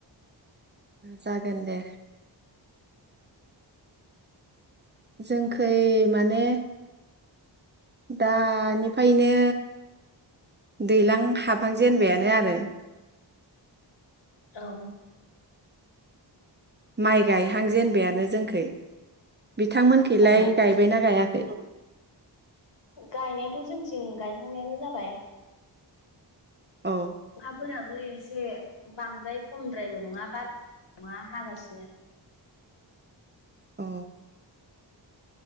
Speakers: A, on the right (about 25°); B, on the left (about 70°).
A: जागोन दे। जोंखै माने दानिफायनो दैलां हाबहांजेनबायानो आरो।
B: औ
A: माइ गायहां जेनबायानो जोंखै। बिथांमोनखैलाय
B: औ
A: गायबायना गायाखै?
B: गायनायाथ' जोंथिं गायहांनायानो जाबाय।
A: अ
B: अखाफोराबो एस से बांद्राय खमद्रायबो नङा बार <inaudible> नङा हागासिनो।
A: अ